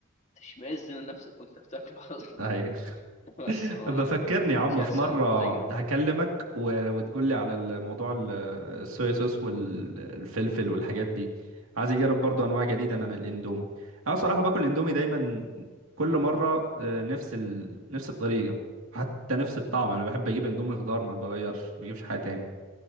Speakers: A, on the left; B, on the right.
A: تشمئز من نفسك وانت بتاكله <laughs> اصلا
B: ايوه
A: بس
B: <laughs>
A: ما
B: بفكرني
A: كانتش
B: يا عم
A: احسن
B: في مره
A: تجربه
B: هكلمك و... وتقول لي على الموضوع ال- الصويا صوص والفلفل والحاجات دي عايز اجرب برضو انواع جديده انا من الاندومي انا صراحه باكل الاندومي دايما كل مره آه، نفس ال... نفس الطريقه حتى نفس الطعم انا بحب اجيب اندومي خضار ما بغيرش ما بجيبش حاجه تاني